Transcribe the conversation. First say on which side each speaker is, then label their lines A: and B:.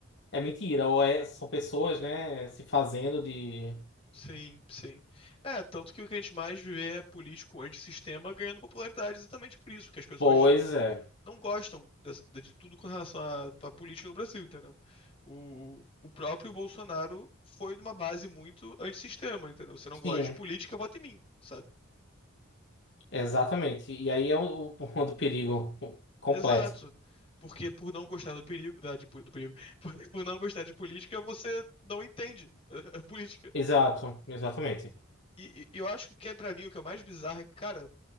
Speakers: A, on the left; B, on the left.
A: é mentira. Ou é- são pessoas, né, se fazendo de...
B: Sim, sim. É, tanto que o que a gente mais vê é político antissistema ganhando popularidade exatamente por isso, porque as pessoas
A: Pois é.
B: não gostam dessa- de, de tudo com relação à, à política no Brasil, entendeu? O, o próprio Bolsonaro foi numa base muito antissistema, entendeu? Você não
A: Sim,
B: gosta de política, vota em mim, sabe?
A: exatamente. E aí é o, o ponto do perigo completo.
B: Exato. Porque por não gostar do perigo, da, de po- do perigo, <laughs> porque por não gostar de política, você não entende <laughs> a, a política,
A: Exato,
B: sabe?
A: exatamente.
B: E, e eu acho que o que é pra mim o que é mais bizarro é, cara,